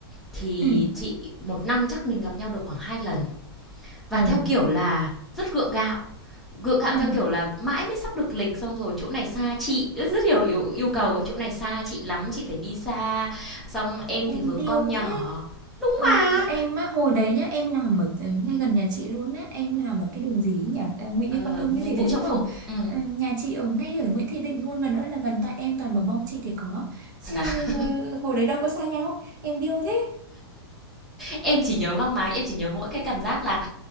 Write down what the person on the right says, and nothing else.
ừ.
Ừ.
Ừ,
em
điêu
thế Ờ,
em á hồi đấy nhá em làm ở ngay gần nhà chị luôn á em làm ở cái đường gì ấy nhỉ à, Nguyễn
Như Con Tum cái gì
đấy
đúng
không
Ừ, nhà chị ở ngay ở Nguyễn Thị Định luôn gần nữa là gần tại em toàn bảo mong chị thì có chứ
hồi đấy đâu có xa nhau em điêu thế